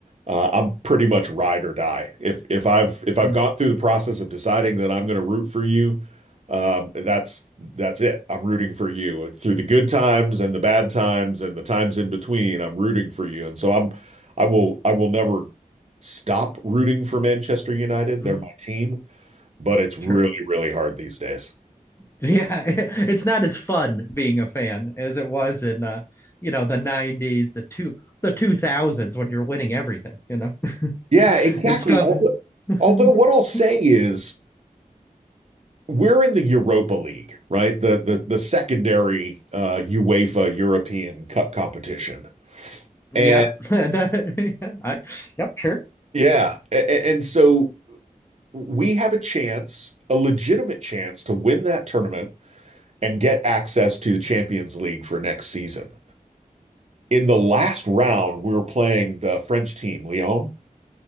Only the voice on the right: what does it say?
uh, I'm pretty much ride or die. If if I've if I've
gone through the process of deciding that I'm going to root for you, um, that's that's it. I'm rooting for you And through the good times and the bad times and the times in between. I'm rooting for you, and so I'm I will I will never stop rooting for Manchester United.
They're my team, but it's really
really hard these days.
Yeah, exactly.
Although, although
what I'll say is. we're in the Europa League, right? The the the secondary uh, UEFA European Cup competition, and
yeah, a- and so we have a chance, a legitimate chance, to win that tournament and get access to the Champions League for next season. In the last round, we were playing the French team, Lyon,